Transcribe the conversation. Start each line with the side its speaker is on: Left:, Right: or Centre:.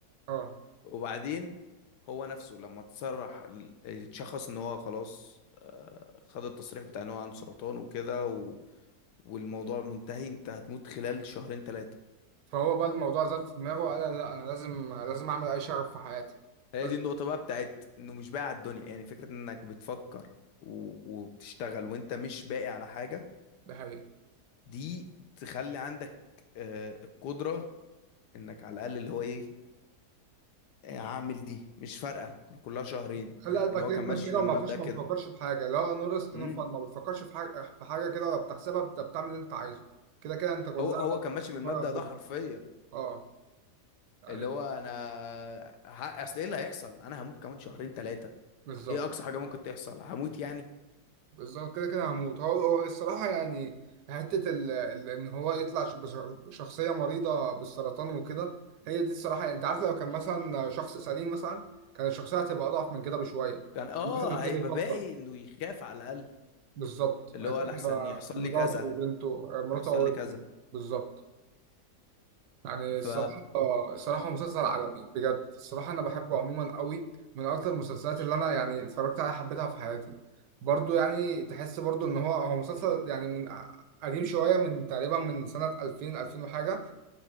Right: آه
Left: وبعدين هو نفسه لما تصرح ال- اتشخص ان هو خلاص آه، خد التصريح بتاع ان هو عنده سرطان وكده و... والموضوع منتهي انت هتموت خلال شهرين ثلاثة
Right: فهو بقى الموضوع زاد في دماغه وقال لا انا لازم لازم اعمل اي شغف في حياتي
Left: هي
Right: لازم
Left: دي النقطة بقى بتاعت انه مش باقي على الدنيا يعني فكرة انك بتفكر و... وبتشتغل وانت مش باقي على حاجة
Right: ده حقيقي
Left: دي تخلي عندك آه، القدرة انك على الاقل اللي هو ايه آه، هعمل دي مش فارقة كلها شهرين
Right: خلي
Left: فاهم
Right: قلبك
Left: يعني هو
Right: يجمد
Left: كان ماشي
Right: كده
Left: بالمبدأ
Right: وما فيش
Left: كده
Right: ما بتفكرش في حاجه اللي هو نو ريسك
Left: مم.
Right: نو فان ما بتفكرش في حاجه في حاجه كده ولا بتحسبها بت- بتعمل اللي انت عايزه كده كده انت كلها
Left: هو هو كان ماشي بالمبدأ
Right: هتبقى
Left: ده حرفيا
Right: اه يعني
Left: اللي هو انا ه... اصل ايه اللي هيحصل انا هموت كمان شهرين ثلاثه
Right: بالظبط
Left: ايه اقصى حاجه ممكن تحصل هموت يعني
Right: بالظبط كده كده هموت هو هو الصراحة يعني حتة ال... ال... إن هو يطلع ش- بش- بشخصية مريضة بالسرطان وكده هي دي الصراحة يعني أنت عارف لو كان مثلا شخص سليم مثلا كان الشخصية هتبقى أضعف من كده بشوية
Left: كان اه
Right: مثلا كده
Left: هيبقى
Right: بيفكر
Left: باقي انه يخاف على الاقل
Right: بالظبط
Left: اللي
Right: هتبقى
Left: هو لحسن يحصل
Right: مراته
Left: لي كذا
Right: وبنته مراته
Left: يحصل
Right: أو
Left: لي
Right: ابنه
Left: كذا
Right: بالظبط يعني
Left: ف
Right: الصراحة الصراحة مسلسل عالمي بجد الصراحة أنا بحبه عموما قوي من أكتر المسلسلات اللي أنا يعني اتفرجت عليها حبيتها في حياتي برضو يعني تحس برضو إن هو هو مسلسل يعني من قديم شوية من تقريبا من سنة 2000 2000 وحاجة